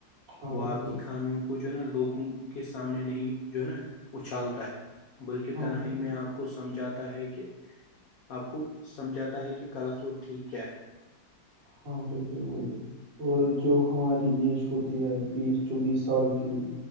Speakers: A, on the right; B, on the left.
A: ہاں
B: وہ
A: بالکل
B: آپ کی خامیوں کو جو ہے نا لوگوں کے سامنے نہیں جو ہے نا اچھالتا ہے بلکہ
A: ہاں
B: تنہائی
A: بالکل
B: میں آپ کو سمجھاتا ہے کہ آپ کو سمجھاتا ہے کہ غلط اور ٹھیک کیا ہے
A: ہاں بالکل وہی اور جو ہماری ایج ہوتی ہے بیس چوبیس سال کی